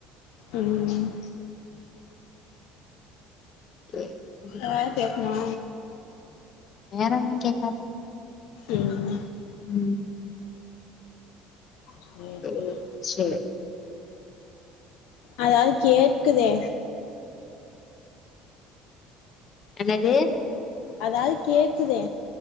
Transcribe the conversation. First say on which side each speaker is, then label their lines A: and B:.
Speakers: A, on the left; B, on the left.
A: ம்
B: சேரி விடு
A: ஆ கேக்குமா
B: வேற ஒன்னு கேக்காது
A: ம்
B: ம்
A: சேரி
B: ம்
A: சேரி
B: சேர்
A: அதாவது கேக்குதே
B: என்னது
A: அதாவது கேக்குதே